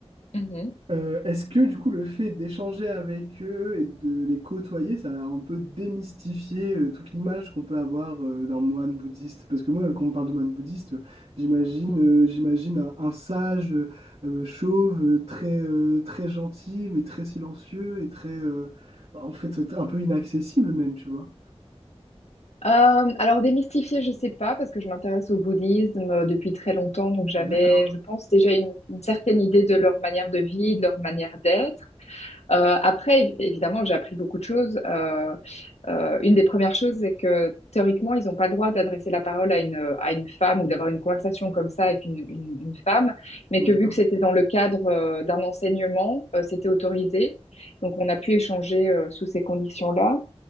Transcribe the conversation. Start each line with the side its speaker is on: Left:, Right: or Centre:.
Left: Mhm.
Right: Euh, est-ce que du coup le fait d'échanger avec eux et de les côtoyer, ça a un peu démystifié euh, toute l'image qu'on peut avoir euh, d'un moine bouddhiste? Parce que moi, quand on parle de moine bouddhiste, euh, j'imagine euh, j'imagine un, un sage euh, euh, chauve, euh, très, euh, très gentil, mais très silencieux et très, euh, bah, en fait, un peu inaccessible même, tu vois.
Left: Euh, alors, démystifier, je sais pas, parce que je m'intéresse au bouddhisme euh, depuis très longtemps, donc j'avais,
Right: D'accord,
Left: je pense, déjà une, une certaine idée de leur manière de vie, de leur manière d'être. Euh, après, évidemment, j'ai appris beaucoup de choses. Euh, euh, une des premières choses, c'est que théoriquement, ils n'ont pas le droit d'adresser la parole à une, à une femme ou d'avoir une conversation comme ça avec une, une, une femme, mais que
Right: d'accord,
Left: vu que c'était dans le cadre euh, d'un enseignement, euh, c'était autorisé. Donc, on a pu échanger euh, sous ces conditions-là.